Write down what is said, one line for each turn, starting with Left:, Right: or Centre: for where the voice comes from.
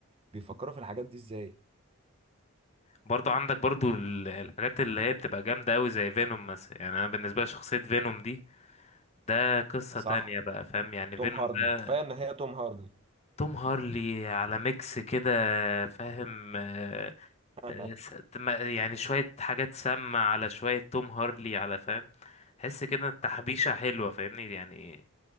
Right: بيفكروا في الحاجات دي ازاي
Left: برضو عندك برضو ال- الحاجات اللي هي بتبقى جامدة أوي زي فينوم مثلا يعني أنا بالنسبة لي شخصية فينوم دي ده قصة
Right: صح
Left: تانية بقى فاهم يعني
Right: توم
Left: فينوم
Right: هاردي
Left: ده
Right: كفايه ان هي توم هاردي
Left: توم هارلي على ميكس كده فاهم آه،
Right: <laughs>
Left: آه، س- ما- يعني شوية حاجات سامة على شوية توم هارلي على فاهم تحس كده تحبيشة حلوة فاهمني يعني